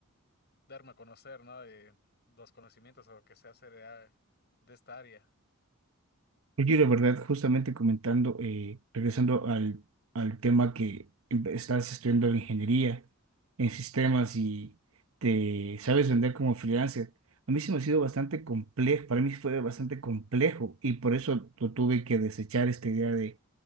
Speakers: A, on the left; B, on the right.
A: darme a conocer, ¿no? De los conocimientos o lo que sé hacer de de esta área.
B: Oye, de verdad, justamente comentando, eh, regresando al, al tema que em- estás estudiando en ingeniería en sistemas y te sabes vender como freelancer, a mí se me ha sido bastante complejo, para mí fue bastante complejo y por eso tu- tuve que desechar esta idea de,